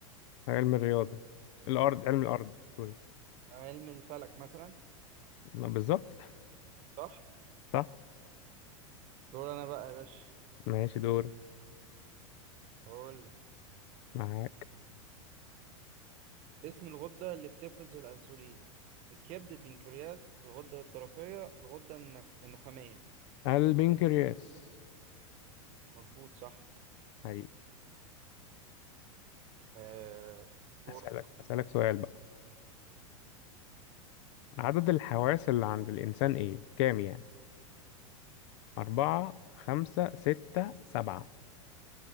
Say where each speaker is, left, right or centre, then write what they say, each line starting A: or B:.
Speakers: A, on the left; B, on the right.
A: علم الرياضة الأرض علم الأرض سوري
B: علم الفلك مثلا
A: ما بالظبط
B: صح
A: صح
B: دور انا بقى يا باشا
A: ماشي دور
B: هقول لك
A: معاك
B: اسم الغدة اللي بتفرز الانسولين الكبد البنكرياس الغدة الدرقية الغدة النخ- النخامية
A: البنكرياس
B: مظبوط صح
A: هي
B: آه دورك
A: أسألك أسألك سؤال بقى عدد الحواس اللي عند الإنسان إيه كام يعني أربعة خمسة ستة سبعة